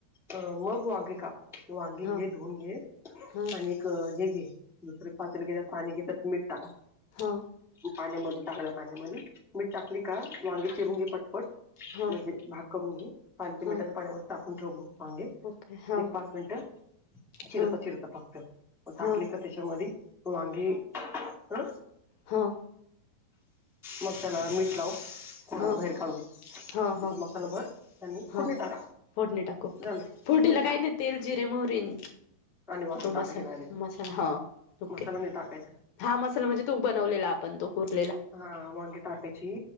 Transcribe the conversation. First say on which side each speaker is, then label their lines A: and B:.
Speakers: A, in the centre; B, on the left (about 70°).
A: अ मग वांगे काप वांगी
B: हा
A: घे धुन घे
B: हा
A: आणि हे घे दुसर पातेलघे पाणी घे त्यात मीठ टाक
B: हा
A: पाण्यामध्ये टाकल्या पाण्यामध्ये मीठ टाकली का वांगी चिरूनपटपट
B: हा
A: म्हणजे भाग करून घे पाल ते
B: हा
A: मिठाच्या पाण्यामध्ये टाकून ठेव वांगी
B: ओके हा
A: पाच मिनट चि
B: हा
A: चिर फक्त टाक
B: हा
A: त्याच्यामध्ये वांगे ह
B: हां
A: मग त्याला मीठ लाव थोड
B: हा
A: बाहेर काढून
B: हा ह
A: मसाला भर आणि फोडणी
B: हा
A: टाक
B: फोडणी टाकओके
A: झालं
B: फोडडीला
A: हम्म
B: काही नाही तेल जिरे मोरीन
A: आणि वांगी
B: तो
A: टाकायची
B: मसा
A: डायरेक्ट
B: मसाला हा ओके
A: मसाला नाही टाकायचा
B: हा मसाला म्हणजे तो बनवलेला आपण तो उरलेला
A: हा वांगे टाकायची